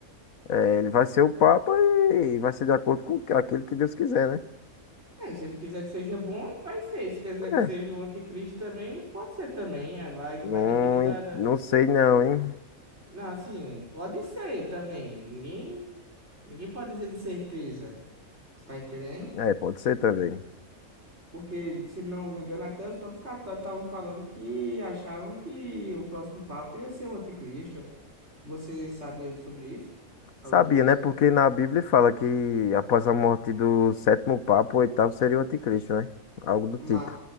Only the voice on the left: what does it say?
é, ele vai ser o Papa e vai ser de acordo com aquilo que Deus quiser, né?
É,
não,
en-
não sei não, hein?
É, pode ser também.
Sabia,
né?
Porque na Bíblia fala que após a morte do sétimo Papa, o oitavo seria o anticristo, né? Algo do
tipo.